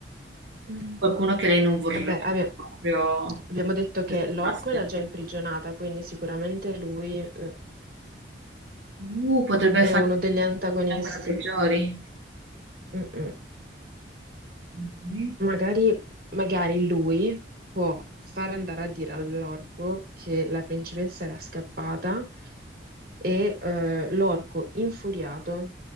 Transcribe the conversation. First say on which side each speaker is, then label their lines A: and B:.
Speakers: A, on the right; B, on the right.
A: Mm.
B: Qualcuno che lei non vorrebbe
A: Vabbè, abbia-
B: proprio
A: abbiamo detto che
B: che
A: l'orco
B: passasse.
A: l'ha già imprigionata, quindi sicuramente lui, eh,
B: Uh, potrebbe
A: è
B: fare
A: uno degli antagonisti.
B: ancora peggiori.
A: Mm-mm.
B: Mm,
A: Magari, magari lui può far andare a dire all'orco che la principessa era scappata e, eh, l'orco, infuriato,